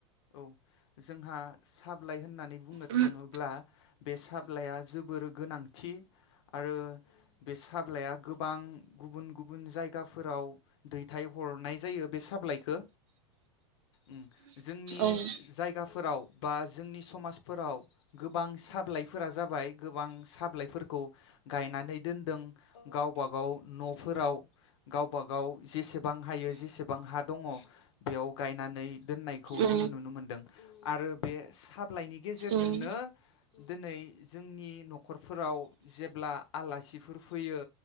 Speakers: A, on the left (about 65°); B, on the right (about 65°).
A: औ जोंहा साब्लाय होननानै बुंनो
B: औ
A: थाङोब्ला बे साब्लाया जोबोर गोनांथि आरो बे साब्लाइआ गोबां गुबुन गुबुन जायगाफोराव दैथायहरनाय जायो बे साब्लाइखो उम। जोंनि
B: उम
A: जायगाफोराव बा जोंनि समाजफोराव गोबां साब्लाइ फोरा जाबाय गोबां साबलाइफोरखौ गायनानै दोनदों गावबा गाव न'फोराव गावबा गाव जेसेबां हायो जेसेबां हा दङ बेयाव गायनानै दोननायखौ
B: उम औ ओ
A: जोंङो नुनो मोन्दों आरो बे साब ब्लायनि गेजेरजोंनो
B: उम
A: दोनै जोंनि न'खरफोराव जेब्ला आलासि बफोर फैयो